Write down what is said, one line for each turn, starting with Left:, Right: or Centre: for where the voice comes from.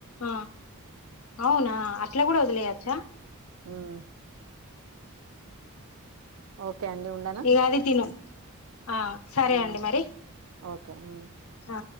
Left: ఆ అవునా అట్లా కూడా అట్లా కూడా వదిలేయొచ్చ
Right: హ్మ్ ఓకే <unintelligible> ఉండనా
Left: ఎ అది తిను ఆ సరే
Right: ఉమ్,
Left: అండి మరి
Right: ఓకే వు
Left: ఆ